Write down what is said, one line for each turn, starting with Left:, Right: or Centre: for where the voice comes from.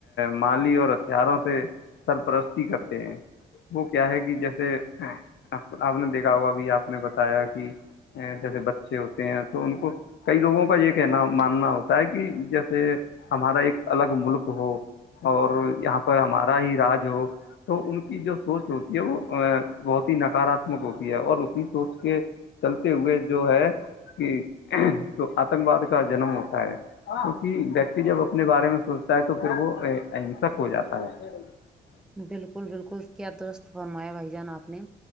Left: مالی اور پیاروں سے سرپرستی کرتے ہیں وہ کیا ہے کہ جیسے آپ نے دیکھا ہوگا ا بھی آپ نے بتایا کہ جیسے بچے ہوتے ہیں تو ان کو کئی لوگوں کا یہ کہنا ماننا ہوتا ہے کہ جیسے ہمارا ایک الگ ملک ہو اور یہاں ہمارا ہی راج ہو تو ان کی جو سوچ ہوتی ہے وہ بہت ہی نکاراتمک ہوتی ہے اور اسی سوچ کے چلتے ہوئے جو ہے کہ جو آتنک واد کا جنم ہوتا ہے کیونکہ ویکتی جب اپنے بارے میں سوچتا ہے تو پھر وہ اہنسک ہو جاتا ہے <inaudible>
Centre: بالکل بالکل کیا درست فرمایا بھائی جان آپ نے